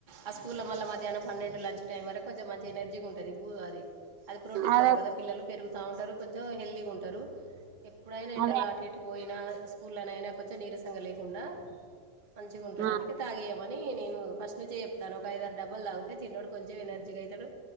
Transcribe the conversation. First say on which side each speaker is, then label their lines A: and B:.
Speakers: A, on the right (about 25°); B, on the right (about 70°).
A: ఆ స్కూల్ ల మళ్ళీ మధ్యానం పన్నెండు లంచ్ టైం వరకు కొంచెం మంచి ఎనర్జీగుంటది బూ అది అది ప్రోటీన్
B: అదే
A: పౌడర్ కదా పిల్లలు పెరుగుతా ఉంటారు కొంచెం హెల్తీగా ఉంటారు ఎప్పుడైనా ఎండలో
B: అదే
A: అటు ఇటు పోయినా స్కుల్లోనైనా కొంచెం నీరసంగా లేకుండా మంచిగుంటాడు
B: ఆ
A: అందుకే తాగియ్యమని నేను ఫస్ట్ నుంచి చెప్తాను ఒక ఐదారు డబ్బాలు తాగితే చిన్నోడు కొంచెం ఎనర్జీగయితాడు